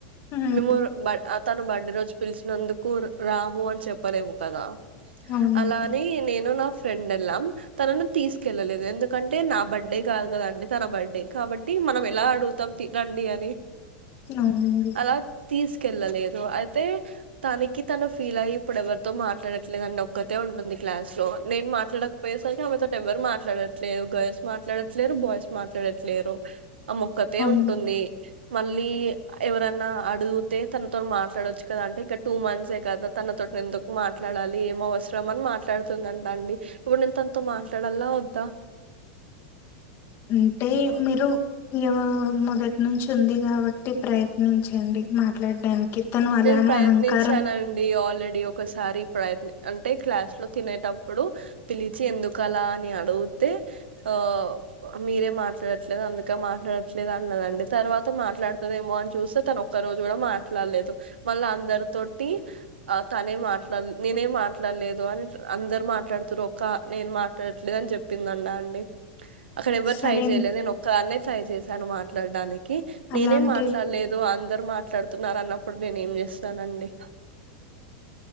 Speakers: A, on the left (about 45°); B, on the right (about 80°).
A: ఉమ్
B: మిమ్ ర్ బర్ అ తను బర్డ్ రోజు పిలిచినందుకు రాము అని చెప్పలేము కదా
A: అవునండి
B: అలా అని నేను నా ఫ్ ఫ్రెండ్ ఎళ్ళాం తనను తీసుకెళ్ళలేదు ఎందుకంటే నా బడే కాదు కదండి తన బడే, కాబట్టి మనం ఎలా అడుగుతాం రండి అని.
A: అవునండి
B: అలా తీసుకెళ్ళలేదు అయితే తానికి తను ఫీల్ ఆయి ఇప్పుడు ఎవ తో మాట్లాడట్లేదండి ఒక్కతే ఉంటుంది క్లాస్ లో నేను మాట్లాడకపోయేసరికి ఆమెతోటి ఎవరు మాట్లాడట్లేరు గర్ల్స్ మాట్లాడట్లేరు బాయ్స్ మాట్లాడట్లేరు. ఆమోక్కతే
A: అవును
B: ఉంటుంది మళ్ళీ ఎవరన్నా అడుగుతే తనతో మాట్లాడొచ్చు కదా అంటే ఇంకా టూ మంత్సే కదా తనతోటి ఎందుకు మాట్లాడాలి ఏం అవసరం అని మాట్లాడుతుందంట అండి. ఇప్పుడు నేను తనతో మాట్లాడల్నా వద్దా?
A: అంటే మీరు ఎవరు మొదటి నుంచి ఉంది కాబట్టి ప్రయ త్నించండి మాట్లాడడానికి తను అలానే
B: నేను ప్రయత్నించానండి
A: అహంకారం
B: ఆల్ ఆల్రెడీ ఒకసారి ప్రయత్న్ అంటే క్లాస్ లో తినేటప్పుడు పిలిచి ఎందుకలా అని అడుగుతే, ఆ మీరే మాట్లాడట్లేదు అందుకే మాట్లాడట్లేదు అన్నదండి తర్వాత మాట్లాడతదేమో అని చూస్తే తను ఒక్క రోజు కూడా మాట్లాడలేదు. మల్ల అందరితోటి తనే మాట్లాడలే నేనే మాట్లాడలేదు అందరు మాట్లాడుతురు ఒక్క నేను మాట్లాడట్లేదు అని చెప్పిందట అండి. అక్కడ ఎవరు
A: సరే
B: ట్రై చేయలేదు నేనొక్కదాన్నే ట్రై చేశాను మాట్లాడడాని కీ
A: అలాంటి
B: నేనే మాట్లాడలేదు అ అందరు మాట్లాడుతున్నారన్న ఇప్పుడు నేనేంచేస్తానండి